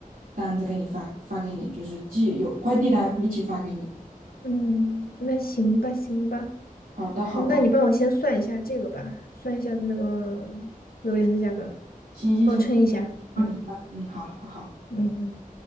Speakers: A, on the right (about 70°); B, on the left (about 85°).
A: 单子给你发发给你，就是寄有快递单一起发给你。
B: 嗯，那行吧行吧，
A: 好的，好的，
B: 嗯那你帮我先算一下这个吧，算一下那个榴莲的价格，
A: 行行行，
B: 帮我称一下。
A: 帮你算，
B: 嗯
A: 嗯，好好好。
B: 嗯嗯。